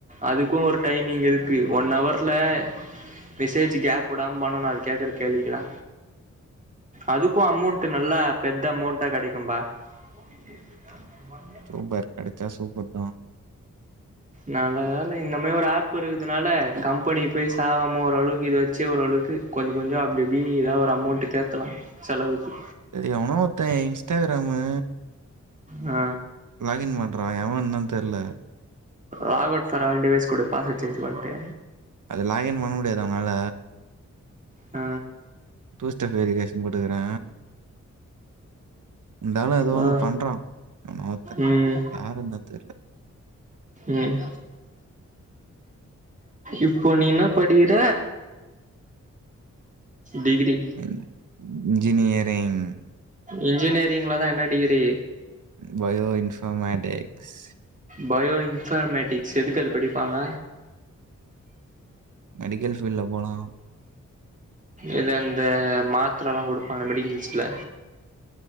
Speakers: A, on the right (about 25°); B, on the right (about 80°).
A: அதுக்குஒரு டைமிங் இருக்கு ஒன் அவர்ல மெசேஜ் கேப் விடாம பண்ணனு அது கேக்குற கேள்விக்கலா அதுக்கு அமௌண்ட் நல்ல பெத்த அமௌண்ட்டா கிடைக்கும்பா <inaudible>
B: சூப்பர் கெடச்சா சூப்பர் பா
A: நல்ல வேல இந்த மேரி ஒரு ஆப் இருக்குதுனால கம்பெனிக்கு போய் சாவாம ஓரளவுக்கு இத வச்சு ஓரளவுக்கு கொஞ்சோ கொஞ்சோ அப்டி இப்டி ஏதா ஒரு அமௌண்ட்டு தேத்தலா செலவுக்கு
B: எவனோ ஒருத்த இன்ஸ்டாகிராமு
A: ஆ
B: லாக்இன் பண்றா எவன்னு தா தெர்ல
A: லாகவுட் பார் ஆல் டிவைஸ் குடு பாஸ்வேட் சேஞ் பண்டு
B: அது லாகின் பண்ண முடியாத அவனால
A: ஆ
B: டூஸ்டெப் வெரிகேஷன் போட்டுக்கறே இந்தாலு ஏதோ
A: ஆ
B: ஒண்ணு பண்றா வினோத்து
A: ம்
B: யாருன்தா தெர்ல
A: ம் இப்போ நீ என்னா படிகிற டிக்ரி
B: இன் இன்ஜினியரிங்
A: இன்ஜினியரிங்லதா என்ன டிகிரி
B: பயோஇன்ஃபர்மேட்டிக்ஸ்
A: பயோ இன்ஃபர்மேட்டிக்ஸ் எதுக்கு அது படிப்பாங்க
B: மெடிக்கல் ஃபீல்ல போலாம்
A: எது அந்த மாத்திரலா கொடுப்பாங்க மெடிக்கல்ஸ்ல